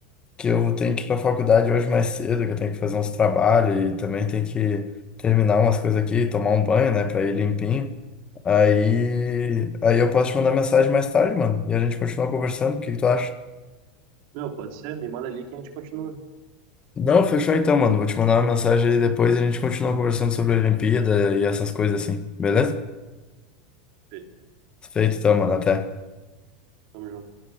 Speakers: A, on the left; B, on the right.
A: que eu tenho que ir pra faculdade hoje mais cedo, que eu tenho que fazer uns trabalhos e também tenho que terminar umas coisas aqui, tomar um banho, né, pra ir limpinho. Aí, aí eu posso te mandar mensagem mais tarde, mano, e a gente continua conversando. O que que tu acha?
B: Meu, pode ser? Me manda ali que a gente continua.
A: Não, fechou então, mano. Vou te mandar uma mensagem aí depois e a gente continua conversando sobre a Olimpíada e essas coisas assim, beleza?
B: Beijo.
A: Feito então, mano. Até.
B: Tamo junto.